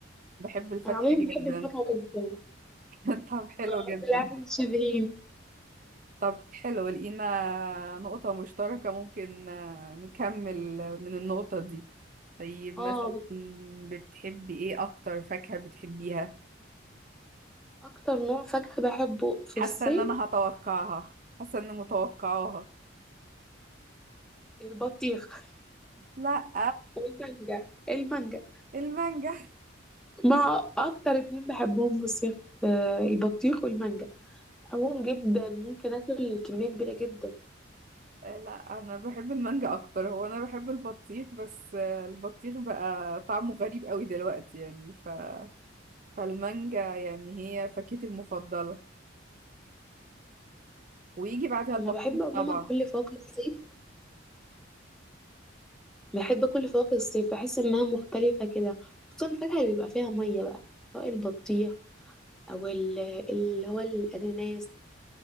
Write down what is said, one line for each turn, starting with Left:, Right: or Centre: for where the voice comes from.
Right: بحب الفاكهة
Centre: انا عموما
Right: جدا
Centre: بحب الفاكهه جدا
Right: <laughs> طب حلو
Centre: آه،
Right: جدا
Centre: بالعكس شبهين
Right: طب حلو لقينا نقطة مشتركة ممكن آه، نكمل من النقطة دي طيب
Centre: اه
Right: مثلا بتحبي ايه أكتر فاكهة بتحبيها؟
Centre: اكتر نوع فاكهه بحبه في
Right: حاسة
Centre: الصيف
Right: ان انا هتوقعها حاسة ان متوقعاها
Centre: البطيخ
Right: لا
Centre: والمانجا المانجا
Right: المانجا
Centre: ما اكتر اتنين بحبهم في الصيف آه، البطيخ والمانجا بحبهم جدا ممكن اكل كمية كبيرة جدا
Right: آه، لا انا بحب المانجا اكتر هو انا بحب البطيخ بس آه، البطيخ بقى طعمه غريب قوي دلوقتي يعني ف... فالمانجا يعني هي فاكهتي المفضلة ويجي بعدها البطيخ
Centre: انا بحب عموما
Right: طبعا
Centre: كل فواكه الصيف بحب كل فواكه الصيف بحس انها مختلفة كده خصوصا الفاكهة اللي بيبقى فيها مية بقى سواء البطيخ او ال- اللي هو الاناناس